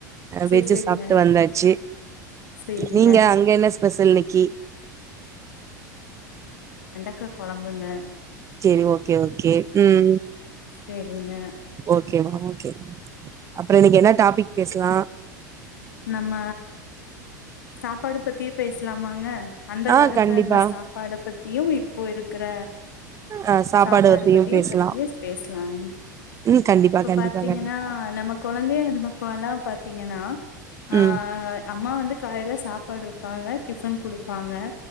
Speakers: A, on the left; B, on the right.
A: செரி
B: வெஜ்ஜி
A: செரிங்க
B: சாப்பிட்டு வந்தாச்சு
A: செரிங்க
B: நீங்க அங்க என்ன பெசல் இன்னக்கி
A: என்ன கொலம்புங்க
B: சேரி ஓகே ஓகே ம்
A: சேரிங்க
B: ஒகேமேம் ஒகேமேம் அப்புறோம் இன்னக்கி என்ன டாப்பிக் பேசலாம்
A: நம்ம சாப்பாடு பத்தியே பேசலாமாங்க அந்த
B: ஆ
A: காலத்துல
B: கண்டிப்பா
A: என்ன சாப்பாடு ப நீயும் இப்போ இருக்கிற
B: ஆ
A: சாப்பாடு
B: பத்தியு
A: பத்திய
B: பேசலா
A: பத்திய பேசலாம்
B: ம் கண்டிப்பா
A: இப்ப
B: கண்டிப்பா
A: பாத்தீங்கன்னா
B: கண்டிப்பா
A: நம்ம கொழந்தயா இருந்தப்போ எல்லாம் பாத்தீங்கன்னா ஆ
B: ம்
A: அம்மா வந்து காலயில சாப்பாடு வப்பாங்க டிஃபன் கொடுப்த்தாங்க